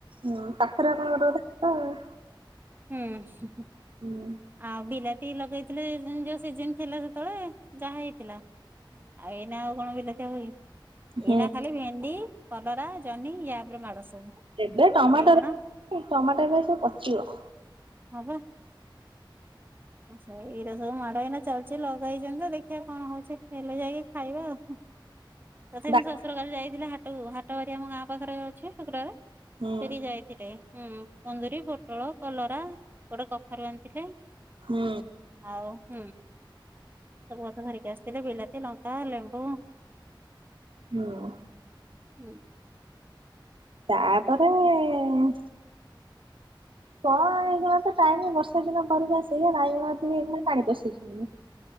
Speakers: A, on the right; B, on the right.
A: ହୁଁ ପାଖରେ ଆପଣଙ୍କ <inaudible> ଆଉ
B: ହୁଁ,
A: ହୁଁ
B: ଆଉ ବିଲା ତି ଲଗେଇଥିଲେ ଯୋଉ ସିଜିନ ଥିଲା ସେତେବେଳେ ଯାହା ହେଇଥିଲା, ଆଉ ଏ ନା ଆଉ କଣ ବିଲାତି ହବ କି?
A: ହୁଁ
B: ଏଇନା ଖାଲି ଭେଣ୍ଡି କଲରା, ଜହ୍ନି ୟାଉପରେ ମାଡ ସବୁ।
A: ଏବେ ଟମାଟୋ
B: ବାଇଗଣ
A: <inaudible> ଟମାଟରା ସବୁ ପଚିବ।
B: ହଁ ପା ଆଛା ଏଇରା ସବୁ ମାଡ ଏଇନା ଚାଲିଚି ଲଗେଇଛନ୍ତି ଯେ ଦେଖିଆ କଣ ହଉଛି ହେଲେ ଯାଇକି ଖାଇବା ଆଉ। ତଥାପି
A: ଦା
B: ମୋ ଶଶୁର କାଲି ଯାଇଥିଲେ ହାଟକୁ ହାଟ ବାରି ଆମ ଗାଁ ପାଖରେ ଅଛି ଶୁକ୍ରବାର
A: ହୁଁ
B: ସେଠି ଯାଇ ରେ ହୁଁ କୁନ୍ଦୁରୀ, ପୋଟଳ, କଲରା, ଗୋଟେ କଖାରୁ ଆଣିଥିଲେ।
A: ହୁଁ।
B: ଆଉ ହୁଁ ସବୁ କିଥା ଧରିକି ଆସିଥିଲେ ବିଲାତି, ଲଙ୍କା, ଲେମ୍ବୁ
A: ହୁଁ।
B: ହୁଁ।
A: ତାପରେ ଏ କଣ ଏଇନେକା ତ ଟାଇମ ବର୍ଷା ଦିନ ପରିବା ସେଇଆ ବାଇଗଣ ଥିଲା ପାଣି ପଶିଯିବଣି।